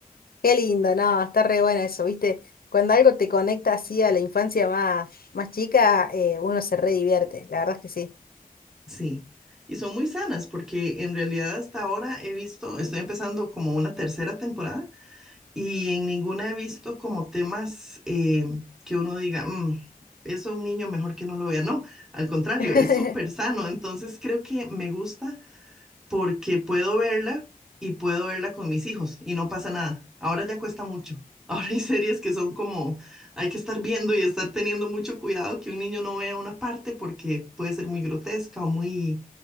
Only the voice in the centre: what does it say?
sí. Y son muy sanas porque en realidad hasta ahora he visto, estoy empezando como una tercera temporada y en ninguna he visto como temas eh, que uno diga, "Mm, eso a un niño mejor que no lo vea. No, al contrario,
es súper sano. Entonces creo que me gusta porque puedo verla y puedo verla con mis hijos y no pasa nada. Ahora ya cuesta mucho. <laughs> Ahora hay series que son como, hay que estar viendo y estar teniendo mucho cuidado que un niño no vea una parte porque puede ser muy grotesca o muy